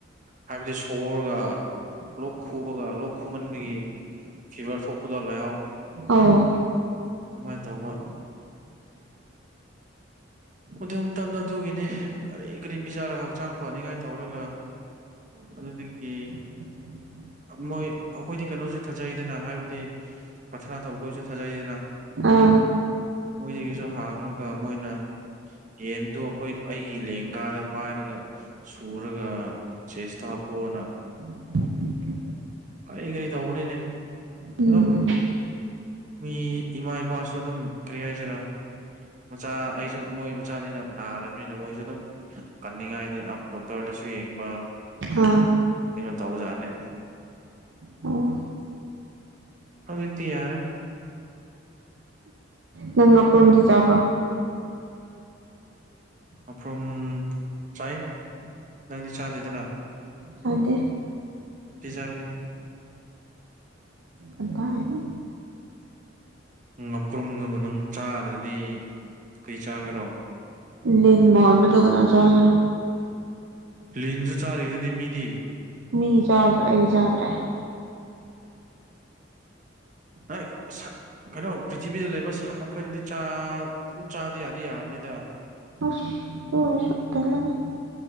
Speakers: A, on the right; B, on the right.
A: ꯍꯥꯏꯕꯗꯤ ꯁꯣꯔꯒ ꯂꯣꯛ ꯈꯨꯕꯒ ꯂꯣꯛ ꯈꯨꯃꯟꯕꯒꯤ ꯐꯤꯚꯔ ꯊꯣꯛꯣꯛꯄꯗꯣ ꯂꯥꯎ
B: ꯑꯣ
A: ꯑꯗꯨꯃꯥꯏꯅ ꯇꯧꯕ ꯑꯗꯨꯝ ꯇꯝꯅꯗꯨꯒꯤꯅꯤ ꯀꯔꯤ ꯀꯔꯤ ꯄꯤꯖꯥꯔꯒ ꯍꯛꯆꯥꯡ ꯐꯅꯤꯉꯥꯏ ꯇꯧꯔꯒ ꯑꯗꯨꯗꯤꯗꯒꯤ
B: ꯎꯝ
A: ꯃꯣꯏ ꯑꯩꯈꯣꯏꯗꯤ ꯀꯩꯅꯣꯁꯨ ꯊꯥꯖꯩꯗꯅ ꯍꯥꯏꯕꯗꯤ ꯄ꯭ꯔꯊꯅꯥ ꯇꯧꯕꯁꯨ ꯊꯥꯖꯩꯗꯅ
B: ꯑꯥ
A: ꯃꯣꯏꯗꯒꯤꯁꯨ ꯍꯥꯡꯉꯒ ꯃꯣꯏꯅ ꯌꯦꯟꯗꯣ ꯑꯩꯈꯣꯏ ꯑꯩꯒꯤ ꯂꯦꯡꯒꯥꯗ ꯄꯥꯏꯔꯒ ꯁꯨꯔꯒ ꯆꯦꯁ ꯇ ꯄꯅ
B: <unintelligible>
A: ꯀꯔꯤ ꯀꯔꯤ ꯇꯧꯕꯅꯤꯅꯦ
B: ꯎꯝ
A: ꯑꯗꯨꯝ ꯃꯤ ꯏꯃꯥ ꯏꯄꯥꯁꯨ ꯑꯗꯨꯝ ꯀꯔꯤ ꯍꯥꯏꯁꯤꯔꯥ ꯃꯆꯥ ꯑꯩꯁꯨ ꯃꯣꯏ ꯃꯆꯥꯅꯤꯅ ꯅꯥꯔꯕꯅꯤꯅ ꯃꯣꯏꯁꯨ ꯑꯗꯨꯝ ꯀꯟꯅꯤꯡꯉꯥꯏꯗꯤ ꯗꯣꯛꯇꯔꯗ ꯨ ꯌꯦꯡꯕ
B: ꯑꯥ
A: ꯇꯧꯖꯥꯠꯅꯤ
B: ꯑꯣ
A: ꯍꯧꯖꯤꯛꯇ ꯌꯥꯔꯦ
B: ꯅꯪ ꯉꯄꯔꯨꯝꯗꯤ ꯆꯥꯕ꯭ꯔꯣ
A: ꯑꯐ꯭ꯔꯨꯝ ꯆꯥꯏ ꯅꯪꯗꯤ ꯆꯥꯗꯦꯗꯅ
B: ꯆꯥꯟꯗꯦ
A: ꯄꯤꯤꯖꯒꯅꯤ
B: ꯀꯗꯥꯏꯅꯣ
A: ꯑꯄ꯭ꯔꯨꯝꯗꯨꯕꯨ ꯅꯨꯡ ꯆꯥꯗ꯭ꯔꯗꯤ ꯀꯩ ꯆꯥꯒꯦꯔꯣ
B: ꯂ ꯃꯣꯍꯗꯒꯅꯖꯥꯗ꯭ꯔꯣ
A: ꯂꯤꯟꯁꯨ ꯆꯥꯔꯤꯗꯨꯗꯤ ꯃꯤꯗꯤ
B: ꯃꯤ ꯌꯥ ꯑꯩ ꯌꯥꯗ ꯔꯦ
A: ꯑ ꯀꯩꯅꯣ ꯄ꯭ꯔꯤꯊꯤꯕꯤꯗ ꯂꯩꯕ ꯁꯥ ꯃꯈꯩꯗꯗꯤ ꯆꯥ ꯑꯗꯨꯝ ꯆꯥꯗꯤ ꯌꯥꯗꯤ ꯌꯥꯕꯅꯤꯗ
B: ꯑ ꯇ ꯑꯣꯏꯔ ꯁ ꯇ ꯂꯩꯗ